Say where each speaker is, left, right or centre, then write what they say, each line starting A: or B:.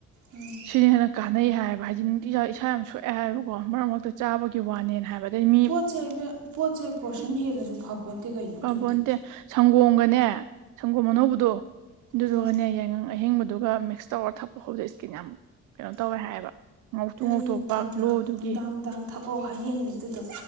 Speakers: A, on the right (about 70°); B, on the right (about 90°).
A: ꯎꯝ
B: ꯁꯤꯅ ꯍꯦꯟꯅ ꯀꯥꯟꯅꯩ ꯍꯥꯏꯌꯦꯕ ꯍꯥꯏꯗꯤ ꯏꯁꯥ ꯌꯥꯝ ꯁꯣꯛꯑꯦ ꯍꯥꯏꯕꯀꯣ ꯃꯔꯛ ꯃꯔꯛꯇ ꯆꯥꯕꯒꯤ ꯋꯥꯅꯦꯅ ꯍꯥꯏꯕ ꯑꯗꯩ ꯃꯤ
A: ꯄꯣꯠ ꯆꯩ ꯄꯣꯠ ꯆꯩ ꯄꯣꯠꯁꯟ ꯍꯦꯜꯂꯁꯨ ꯐꯄꯣꯠꯇꯦ ꯀꯩꯅꯣ
B: ꯄꯕ
A: ꯑꯗꯨꯕꯨꯗꯤ
B: ꯅꯠꯇꯦ ꯁꯪꯒꯣꯝꯒꯅꯦ ꯁꯪꯒꯣꯝ ꯑꯅꯧꯕꯗꯣ ꯑꯗꯨꯗꯨꯒꯅꯦ
A: ꯎꯝ
B: ꯌꯥꯏꯉꯪ ꯑꯍꯤꯡꯕꯗꯨꯒ ꯇꯤꯛꯁ ꯇꯧꯔꯒ ꯊꯛꯄ ꯈꯣꯠꯗ ꯏꯁꯀꯤꯟ ꯌꯥꯝ ꯀꯩꯅꯣ ꯇꯧꯋꯦ ꯍꯥꯏꯌꯦꯕ ꯉꯧꯊꯣꯛ ꯉꯧꯊꯣꯛꯄ
A: ꯑꯩ ꯅꯨꯡꯗꯥꯡ ꯅꯨꯡꯗꯥꯡ
B: ꯒ꯭ꯂꯣꯗꯨꯒꯤ
A: ꯅꯨꯡꯗꯥꯡ ꯅꯨꯡꯗꯥꯡ ꯊꯛꯑꯣ ꯍꯥꯏꯌꯦ ꯑꯩꯅ ꯑꯗꯨꯗꯣ